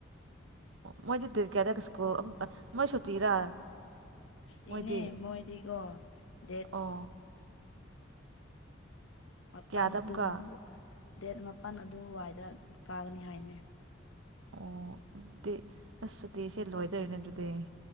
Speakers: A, on the right (about 80°); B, on the left (about 80°).
A: ꯑꯣ ꯃꯣꯏꯗꯤꯗꯤꯔ ꯀꯌꯥꯗꯒ ꯁꯀꯨꯜ ꯃꯣꯏ ꯁꯨꯇꯤꯔꯥ
B: ꯁꯤꯅꯦ
A: ꯃꯣꯏꯗꯤ
B: ꯃꯣꯏꯗꯤ ꯀꯣ ꯗꯦꯠ
A: ꯑꯣ
B: ꯃꯥꯄꯜ
A: ꯀꯌꯥꯗ
B: ꯑꯗꯨꯝ
A: ꯑꯃꯨꯛꯀ
B: ꯗꯦꯠ ꯃꯥꯄꯜ ꯑꯗꯨꯋꯥꯏꯗ ꯀꯥꯒꯅꯤ ꯍꯥꯏꯅꯤ
A: ꯑꯣ ꯑꯗꯨꯗꯤ ꯑꯁ ꯁꯨꯇꯤꯁꯦ ꯂꯣꯏꯗꯣꯏꯔꯤꯅꯦ ꯑꯗꯨꯗꯤ